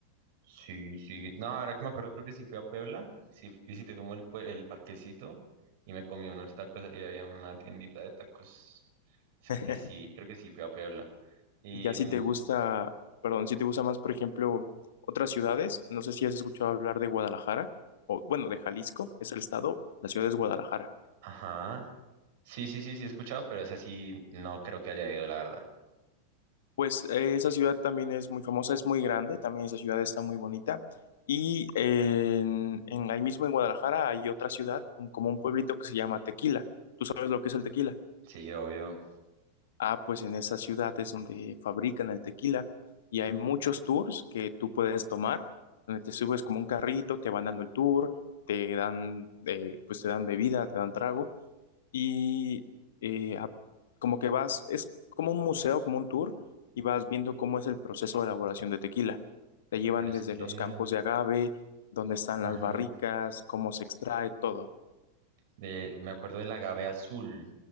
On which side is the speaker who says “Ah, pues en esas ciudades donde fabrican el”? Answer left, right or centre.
Left